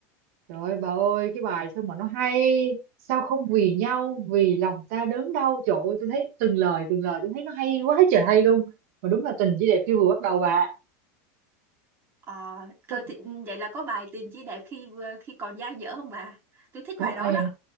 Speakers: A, on the right; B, on the right.
A: Trời ơi, bà ơi, cái bài sao mà nó hay, sao không vì nhau, vì lòng ta đớn đau, trời ơi, tôi thấy từng lời từng lời tôi thấy nó hay quá trời hay luôn. Mà đúng là tình chỉ đẹp khi vừa bắt đầu bà.
B: Ờ, coi
A: Sao
B: thì, ừ, vậy là có bài Tình chỉ đẹp khi vừa khi còn dang dở không bà? Tôi thích
A: có
B: bài đó
A: ê,
B: đó.